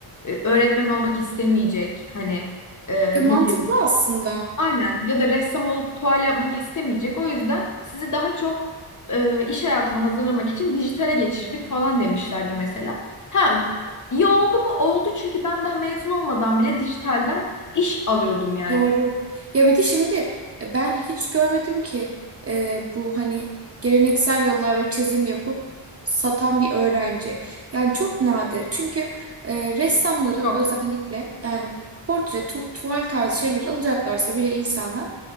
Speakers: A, on the left (about 40°); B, on the right (about 30°).
A: e, öğretmen olmak istemeyecek. Hani e,
B: Ya mantıklı
A: ne bileyim
B: aslında.
A: aynen ya da ressam olup tuval yapmak istemeyecek. O yüzden sizi daha çok e, iş hayatına hazırlamak için dijitale geçirdik falan demişlerdi mesela. Ha iyi oldu mu? Oldu çünkü ben daha mezun olmadan bile dijitalden iş alıyordum yani.
B: Doğru. Ya bir de şimdi e, ben hiç görmedim ki e, bu hani geleneksel yollarla çizim yapıp satan bir öğrenci. Yani çok nadir. Çünkü e, ressamların
A: Yok.
B: özellikle yani portre, tu tuval tarzı şeyler alacaklarsa bile insanlar